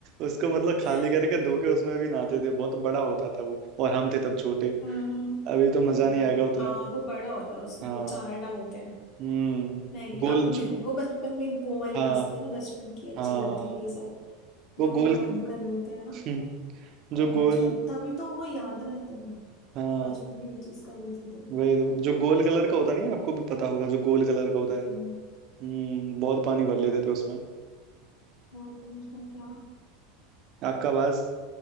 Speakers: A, on the right (about 50°); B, on the left (about 50°).
A: उसको मतलब खाली
B: <laughs>
A: करके धो के उसमें भी नहाते थे बहुत बड़ा होता था वो और हम थे तब छोटे
B: हाँ
A: अभी तो मजा
B: ओ
A: नहीं आएगा उतना
B: हाँ वो बड़ा होता है उसमें
A: हाँ
B: वो चारा डालते हैं
A: हम्म
B: नहीं
A: गोल
B: अब नहीं
A: ज...
B: आए वो बचपन में वो वाली
A: हाँ
B: मस्ती ना बचपन की अच्छी
A: हाँ
B: लगती
A: हाँ।
B: है ये सब जो
A: वो
B: भी
A: गोल
B: कांड
A: <laughs>
B: कर रहे होते हैं ना
A: हम्म,
B: तो
A: जो
B: ये
A: गोल
B: बचपन तभी तो वो याद रहते हैं
A: हाँ
B: बचपन में ये चीज करी थी तो
A: वही तो जो गोल कलर का होता नहीं है आपको भी पता होगा जो गोल कलर का होता
B: ये
A: है
B: तो है नहीं।
A: हम्म बहुत पानी भर लेते थे उसमें
B: कौन कंडीशनर क्या
A: आपका आवाज